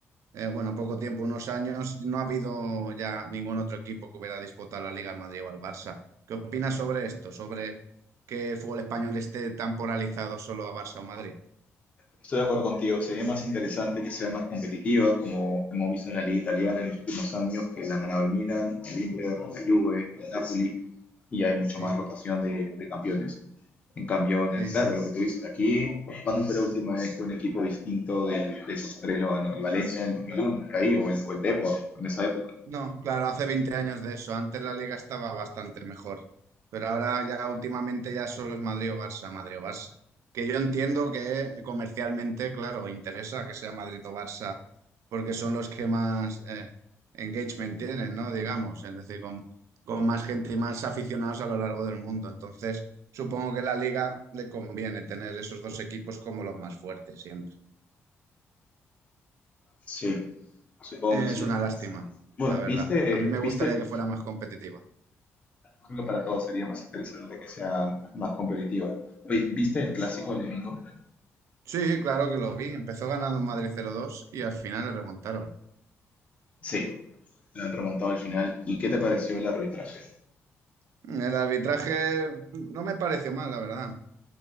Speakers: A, on the right; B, on the left.
A: eh, bueno, poco tiempo, unos años, no ha habido ya ningún otro equipo que hubiera disputado la liga al Madrid o al Barça. ¿Qué opinas sobre esto? Sobre que el fútbol español esté tan polarizado solo a Barça o Madrid.
B: Estoy de acuerdo contigo, sería más interesante que sea más competitiva, como hemos visto en la Liga Italiana en los últimos años, que la han ganado el Milan, el Inter, la Juve, el Napoli, y hay mucho
A: Sí,
B: más rotación de, de campeones. En cambio, en
A: sí.
B: el- claro, lo que tú dices aquí, ¿cuándo fue la última vez que un equipo distinto del- de esos tres lo ganó? El Valencia en el 2001, por ahí, o el, o el Depor, en esa época.
A: No, claro, hace 20 años de eso. Antes la liga estaba bastante mejor. Pero ahora ya últimamente ya solo es Madrid o Barça, Madrid o Barça. Que yo entiendo que comercialmente, claro, interesa que sea Madrid o Barça, porque son los que más eh, engagement tienen, ¿no? Digamos, es decir, con, con más gente y más aficionados a lo largo del mundo. Entonces, supongo que a la liga le conviene tener esos dos equipos como los más fuertes siempre.
B: Sí, supongo
A: Eh,
B: que sí.
A: es una lástima,
B: Bueno,
A: la verdad.
B: ¿viste,
A: A mí me
B: viste
A: gustaría
B: el...
A: que fuera más competitiva.
B: Creo que para todos sería más interesante que sea más competitiva. Oye, ¿viste el clásico el domingo?
A: Sí, claro que lo vi. Empezó ganando en Madrid cero dos y al final le remontaron.
B: Sí, lo han remontado al final. ¿Y qué te pareció el arbitraje?
A: El arbitraje no me pareció mal, la verdad.